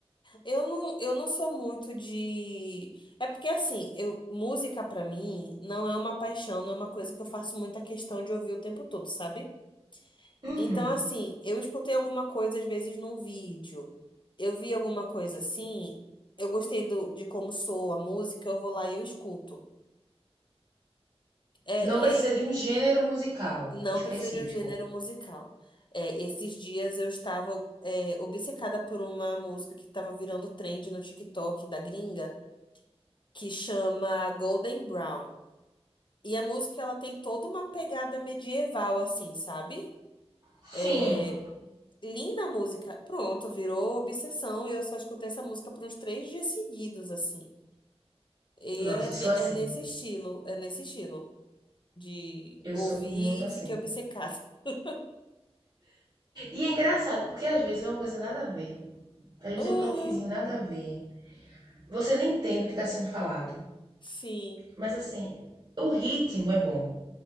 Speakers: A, on the left (about 50°); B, on the right (about 50°).
A: Eu não, eu não sou muito de. É porque assim, eu, música pra mim não é uma paixão, não é uma coisa que eu faço muita questão de ouvir o tempo todo, sabe?
B: Uhum.
A: Então, assim, eu escutei alguma coisa às vezes num vídeo, eu vi alguma coisa assim, eu gostei do, de como soa a música, eu vou lá e eu escuto. É,
B: Não
A: e
B: precisa
A: aí,
B: de um gênero musical
A: não
B: específico.
A: precisa de um gênero musical. É, esses dias eu estava, é, obcecada por uma música que estava virando trend no TikTok da gringa. que chama Golden Brown. E a música ela tem toda uma pegada medieval, assim, sabe?
B: Sim.
A: É, linda a música. Pronto, virou obsessão e eu só escutei essa música por uns três dias seguidos, assim. E
B: Nossa,
A: é,
B: eu
A: ne-
B: sou assim.
A: é nesse estilo, é nesse estilo de
B: Eu
A: ouvir
B: sou muito assim.
A: e fiquei obcecada. <laughs>
B: E é engraçado, porque às vezes é uma coisa nada a ver. Às vezes
A: Uhum,
B: é um toquezinho nada a ver. Você nem entende o que tá sendo falado.
A: sim.
B: Mas assim, o ritmo é bom.